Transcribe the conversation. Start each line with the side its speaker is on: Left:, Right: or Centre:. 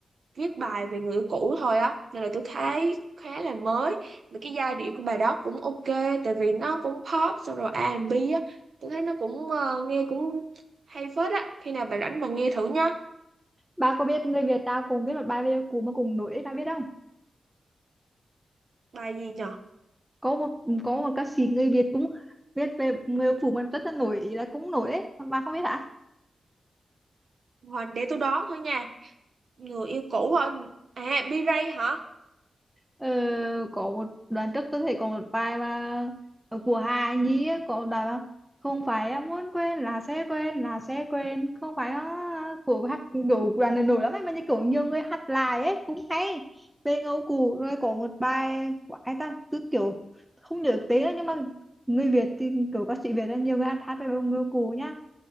Right: viết bài về người yêu cũ thôi á nên là tôi thấy khá là mới mà cái giai điệu của bài đó cũng ok tại vì nó cũng pop xong rồi R&B á tôi thấy nó cũng ờ, nghe cũng hay phết á khi nào bà rảnh bà nghe thử nhá
Centre: bà có biết người Việt ta cũng biết một bài về cũ mà cùng nổi ấy, bà biết không
Right: bài gì nhở
Centre: có một có một ca sĩ người Việt cũng viết về người phụ mà rất là nổi là cũng nổi ấy bà không biết hả
Right: Hoặc để tôi đoán thôi nha người yêu cũ hả à B-Ray hả
Centre: Ờ, có một đoạn trước tôi thấy có một bài mà ờ, của Hà Nhi á, có một đoạn mà không phải em muốn quên là sẽ quên là sẽ quên không phải á, của hát đủ đoạn này nổi lắm ấy, mà như kiểu nhiều người hát lại ấy cũng hay bên Âu Cù rồi có một bài của ai ta cứ kiểu không nhớ tiếng nữa, nhưng mà người Việt thì kiểu ca sĩ Việt là nhiều người hát hát về người Âu Cù nhá